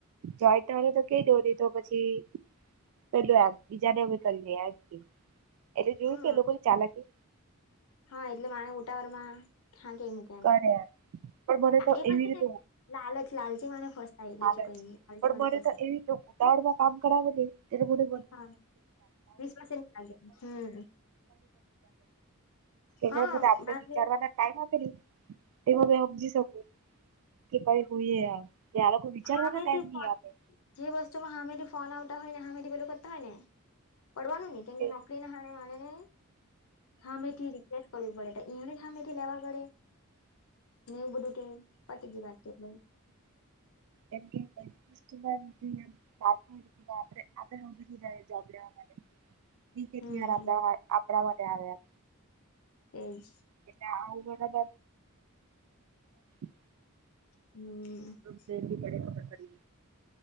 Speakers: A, on the right (about 80°); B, on the left (about 75°).
A: જાઈ ત્યારે તો કેઈ દો ની તો પછી પેલું એમ બીજાને અમે કરીયે એમ કેય એટલે જોયું
B: હા
A: કે એ લોકોની ચાલાકી.
B: હા એટલે માણહ ઉતાવળમાં હા કેય મૂકે.
A: કરે એમ. પણ મને તો
B: એમાં
A: એવી
B: છે
A: રીતે
B: ને લાલચ લાલચી માણે ફસાય
A: હાલ
B: બીજું
A: જ
B: કઈ નઈ લાલચી
A: પણ
B: માણે
A: મને
B: ફસાય
A: તો એવી તો ઉતાવડમાં કામ કરાવેને એટલે મને <inaudible>
B: હા વિશ્વાસે નહી લાગે હમ
A: એને
B: હા
A: હો બધા આપડને
B: મારે
A: વિચારવાના કાય હો પેલી તેમા મે હમજી શકું કે કઈ હુયે એમ. કે આ લોકો વિચારવા
B: હામેથી
A: નો ટાઈમ ની આપે.
B: જે વસ્તુમાં હામેથી ફોન આવતા હોયને હામેથી બધુ કરતા હોય ને. પડવાનું નહી કેમકે
A: કે
B: નોકરી ના હારે માણેને હામે થી રિકપ્લેસ કરવી પડે એને સામેથી લેવા ગડે ને એવું બધું કે પતી ગઈ વાત છે એટલે.
A: એમ કેય કઈ ઈષ્ટમેન હમ આપરે તો આપરે ઉભી થેઈ જાઈએ જોબ લેવા માટે. વીતે
B: હમ
A: ત્યારે આપ આપણા માટે આવે એમ
B: એમ
A: એટલે આ <unintelligible>
B: હમ
A: બેલી પડે પડી